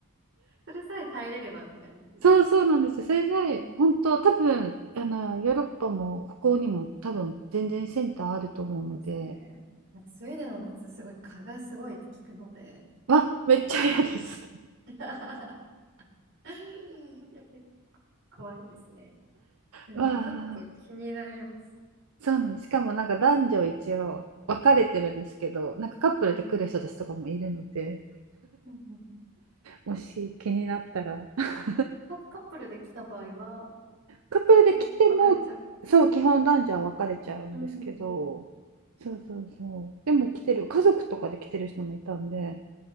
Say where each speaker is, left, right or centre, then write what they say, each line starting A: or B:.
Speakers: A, on the right; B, on the right.
A: それさえ耐えれればって感じですね。
B: <laughs> そうそうなんですよ。それさえ、
A: うん
B: 本当、多分あのヨーロッパも北欧にも多分全然センターあると思うので、
A: そうですね。なんかスウェーデンの夏、すごい蚊がすごいって聞くので、
B: わ、めっちゃ嫌ですね。
A: 結構やばいかな。<laughs> いや、結構怖いですね。でも、
B: <laughs> わあ、
A: ちょっと気になります。
B: そうなんです。しかもなんか男女一応分かれてるんですけど、なんかカップルで来る人たちとかもいるので、
A: うん。うんうん
B: もし気になったら、<laughs>
A: カ、カップルで来た場合は、
B: カップルで来ても、
A: ま、別れちゃう。
B: そう、基本男女は分かれちゃうんですけど、
A: うん。
B: そうそうそう。でも来てる、家族とかで来てる人もいたんで、